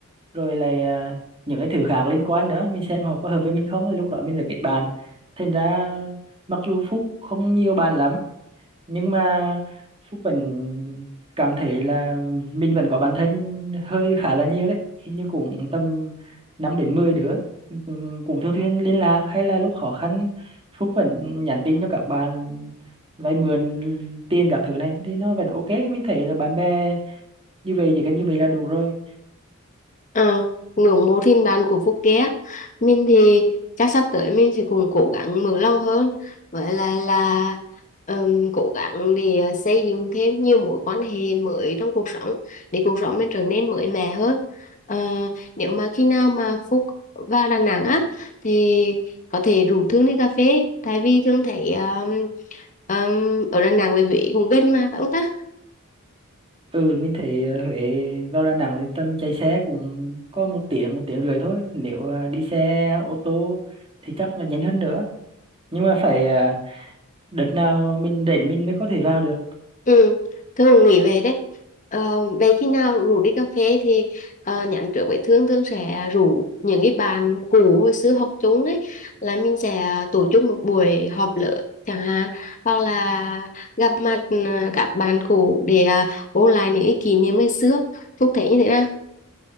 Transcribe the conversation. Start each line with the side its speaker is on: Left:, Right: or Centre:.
Right: rồi là à, những cái thứ khác liên quan nữa mình xem họ có hợp với mình không rồi lúc đó mình phải kết bạn thành ra mặc dù Phúc không nhiều bạn lắm nhưng mà Phúc vẫn cảm thấy là mình vẫn có bạn thân hơi khá là nhiều đấy hình như cũng tầm 5 đến 10 đứa cũng cũng thường xuyên liên lạc hay là lúc khó khăn Phúc vẫn nhắn tin cho các bạn vay mượn tiền các thứ này thì nó vẫn ok mình thấy là bạn bè như vậy chỉ cần như vậy là đủ rồi
Left: Ờ, ngưỡng mộ thiên đàng của Phúc Ké mình thì chắc sắp tới mình sẽ cùng cố gắng mở lòng hơn với lại là ừm, cố gắng để ờ, xây dựng thêm nhiều mối quan hệ mới trong cuộc sống để cuộc sống mình trở nên mới mẻ hơn Ờ, nếu mà khi nào mà Phúc vào Đà Nẵng á thì có thể rủ Thương đi cà phê tại vì Thương thấy ừm, ừm, ở Đà Nẵng với Huế cũng gần mà phải không ta
Right: ừ mình thấy ờ, Huế vào Đà Nẵng thì tầm chạy xe cũng có một tiếng một tiếng rưỡi thôi nếu ờ, đi xe ô tô thì chắc là nhanh hơn nữa nhưng mà phải ờ, đợt nào mình rảnh mình mới có thể vào được
Left: Ừ, Thương cũng nghĩ vậy đấy. Ờ, vậy khi nào rủ đi cà phê thì ờ, nhắn trước với Thương, Thương sẽ rủ những cái bạn cũ hồi xưa học chung ấy là mình sẽ tổ chức một buổi họp lớp chẳng hạn hoặc là gặp mặt à, các bạn cũ để à, ôn lại những cái kỷ niệm ngày xưa. Phúc thấy như thế nào?